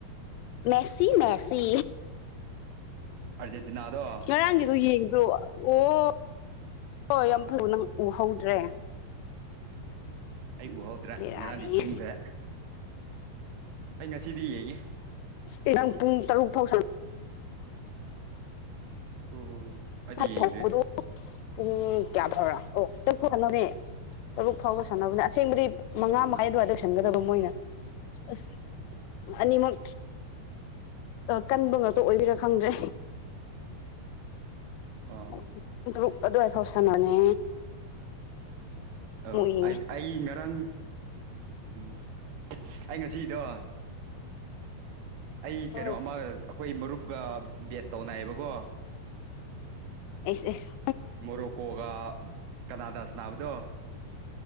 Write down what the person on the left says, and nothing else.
ꯃꯦꯁ ꯁꯤ ꯃꯦꯁꯤ
ꯉꯔꯥꯡꯒꯤꯗꯣ ꯌꯦꯡ ꯑꯗꯨ ꯑꯣ ꯑꯣ ꯌꯥꯝ ꯐ ꯅꯪ ꯎꯍꯧꯗ꯭ꯔꯦ
ꯕꯦꯔꯥꯅꯤ
ꯉꯔꯥꯡ ꯄꯨꯡ ꯇꯔꯨꯛ ꯐꯥꯎ
ꯍꯧꯕꯗꯣ ꯄꯨꯡ ꯀꯌꯥ ꯐꯥꯎꯔꯥ ꯑꯣ ꯇꯔꯨꯛ ꯁꯥꯟꯅꯣꯅꯦ ꯇꯔꯨꯛ ꯐꯥꯎꯕ ꯁꯥꯟꯅꯕꯅꯦ ꯑꯁ ꯑꯁꯦꯡꯕꯗꯤ ꯃꯉꯥ
ꯃꯈꯥꯏ ꯑꯗꯨꯋꯥꯏ ꯇꯧꯁꯟꯒꯗꯕ ꯃꯣꯏꯅ ꯑꯁ ꯑꯅꯤꯃꯛ ꯀꯟꯕ ꯉꯥꯛꯇ ꯑꯣꯏꯕꯤꯔꯥ ꯈꯪꯗ꯭ꯔꯦ
ꯑꯗꯨ ꯄꯨꯡ ꯇꯔꯨꯛ ꯑꯗꯨꯋꯥꯏ ꯐꯥꯎ ꯁꯥꯟꯅꯣꯅꯦ
ꯌꯦꯡꯉꯦ
ꯍꯣꯏ
ꯑꯦꯁ ꯑꯦꯁ